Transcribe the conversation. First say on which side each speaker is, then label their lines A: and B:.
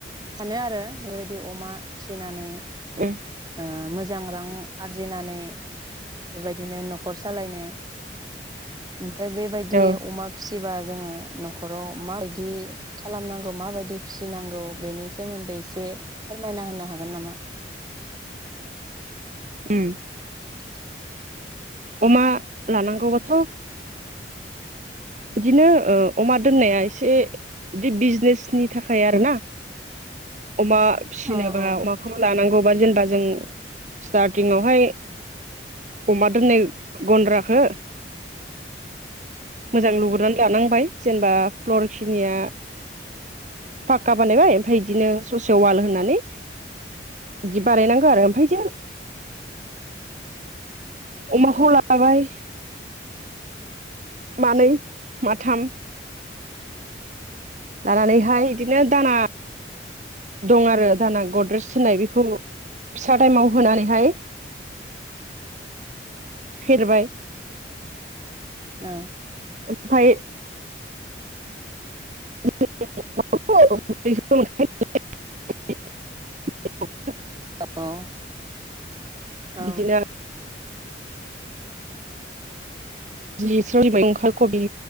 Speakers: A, on the right (about 20°); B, on the right (about 40°).
A: सानो आरो बेबायदि अमा फिसिनानै
B: उम
A: ओ मोजां रां आरजिनानै बेफोरबायदिनो न'खर सालायनो ओमफ्राय बेबायदि
B: औ
A: अमा फिसा फिबा जोंङो न'खराव माबायदि बिदि खालामनांगौ माबायदि फिसिनांगौ बेनि सोमोन्दै एसे फोरमायना होनो हागोन नामा?
B: ओम
A: <unintelligible>
B: अमा लानांगौआथ' बिदिनो ओ अमा दोननाया एसे बिदि बिजनेसनि थाखाय आरोना। अमा फिनोबा
A: औ
B: अमाखौ लानांगौ बा जेनेबा जों स्टार्टिंआवहाय अमा दोननाय गन्द्राखो मोजां लुगुरनानै थानां बाय जेनेबा फ्लर्स खिनिया फाका बानायबाय ओमफ्राय इदिनो ससे वाल होननानै बिदि बानायनांगौ आरो ओमफ्राय जो अमाखौ लाबाय मानै माथाम लानानैहाय इदिनो दाना दं आरो दाना गद्रेस होननाय बेखौ फिसा टाइमाव होनानैहाय फेरबाय
A: औ।
B: ओमफाय <unintelligible>
A: औ। औ।
B: बिदिनो <unintelligible> खबि